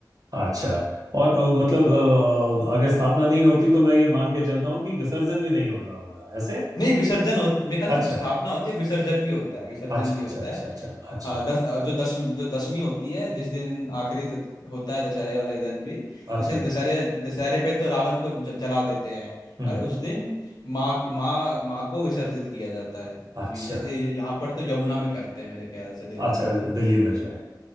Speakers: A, on the right; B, on the left.
A: अच्छा
B: हाँ
A: और अ, मतलब अ, अगर स्थापना नहीं होती तो मैं ये मान के चलता हूँ कि विसर्जन भी नहीं होता होगा ऐसे
B: नहीं विसर्जन होते मेरे ख्याल
A: अच्छा
B: से स्थापना होती है विसर्जन भी होता है विसर्जन
A: अच्छा
B: भी
A: अच्छा
B: होता
A: अच्छा
B: है
A: अच्छा अच्छा
B: हाँ दस अ, जो दशमी जो दशमी होती है जिस दिन आखिरी त- होता है दशहरे वाले दिन भी
A: अच्छा
B: जैसे दशहरे दशहरे पे तो रावण को ज- जला देते हैं
A: हम्म
B: और उस दिन माँ माँ माँ को विसर्जित किया जाता है
A: अच्छा
B: अभी जैसे यहाँ पर तो यमुना में करते हैं मेरे ख्याल से दिल्ली
A: अच्छा
B: में
A: दिल्ली में जो है